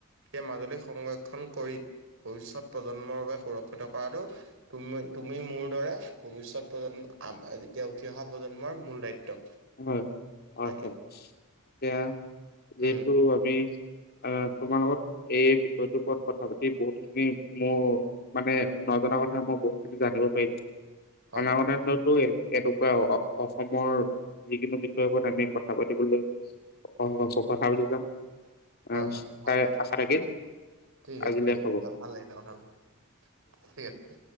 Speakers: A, on the right (about 65°); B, on the left (about 50°).
A: সেই মাজুলী সংৰক্ষণ কৰি, ভৱিষ্যত প্ৰজন্মৰ বাবে সুৰক্ষিত কৰাটো তুমি-তুমি মোৰ দৰে ভৱিষ্যত প্ৰজন্ম, যেতিয়া উঠি অহা প্ৰজন্মৰ মূল দায়িত্ব।
B: হয়, হয়,
A: তাকে
B: হয় এতিয়া যিহেতু
A: উম
B: আমি। আহ তোমাৰ লগত এই বিষয়টোৰ ওপৰত কথা পাতি বহুতখিনি মো মানে নজনা কথা আম ব- জানিব পাৰিম
A: হয়
B: অনাগতো এনেকুৱা অ অসমৰ। যিকোনো বিষয়ৰ ওপৰত আমি কথা পাতিবলৈ স কথা পাতি যাম। আহ
A: হয় হয়
B: তাই
A: ভাল
B: আশা থাকিল
A: ঠিক
B: আজিলে
A: আছে দিয়া
B: হ'ব।
A: ভাল লাগিছে কথা পাতি ঠিক আছে।